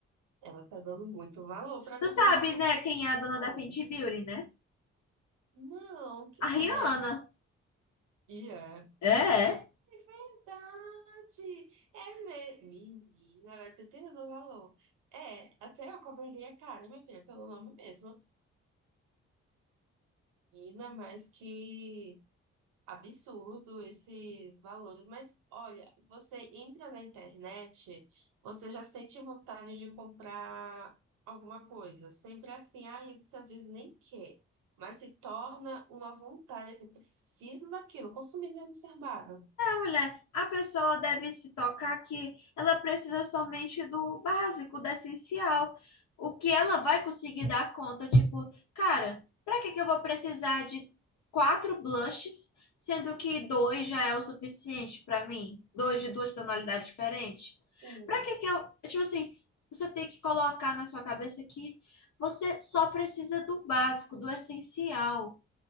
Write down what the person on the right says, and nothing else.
Ela tá dando muito valor para
comprar
algo
que.
Oi.
Não, que-
é.
E é.
É verdade! É mesmo. Menina, agora tu tem noção do valor. É, até eu cobraria caro, minha filha, pelo nome mesmo. Menina, mas que absurdo esses valores. Mas olha, você entra na internet, você já sente vontade de comprar alguma coisa. Sempre é assim, aí você às vezes nem quer, mas se torna uma vontade, você precisa daquilo, consumismo exacerbado.
Sim.